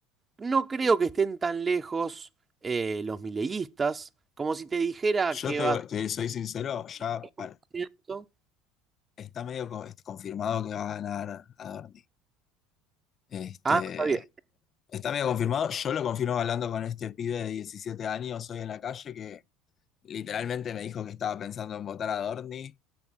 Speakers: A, on the right; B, on the left.
A: No creo que estén tan lejos eh, los mileístas, como si te dijera
B: Yo
A: que
B: te,
A: va a
B: te soy sincero, ya
A: 70%.
B: para- está medio co- este, confirmado que va a ganar Adorni. Este,
A: Ah, está bien.
B: está medio confirmado. Yo lo confirmo hablando con este pibe de 17 años hoy en la calle que literalmente me dijo que estaba pensando en votar a Adorni